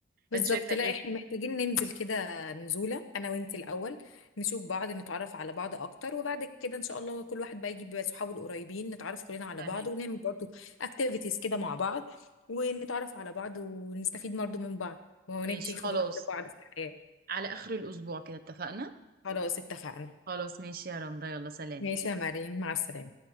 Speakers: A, on the left; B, on the right.
A: بالظبط
B: فانت شايفه ايه
A: لا احنا محتاجين ننزل كده نزولة انا وانت الاول نشوف بعض نتعرف على بعض اكتر وبعد كده ان شاء الله كل واحد بقى يجيب صحابه القريبين نتعرف كلنا على
B: تمام
A: بعض ونعمل برضو اكتيفيتيز كده مع بعض ونتعرف على بعض ونستفيد برضو من بعض وندي
B: ماشي
A: خبرات
B: خلاص
A: لبعض في الحياة
B: على اخر الاسبوع كده اتفقنا
A: خلاص اتفقنا
B: خلاص ماشي يا رندا يلا سلام
A: ماشي يا مريم مع السلامة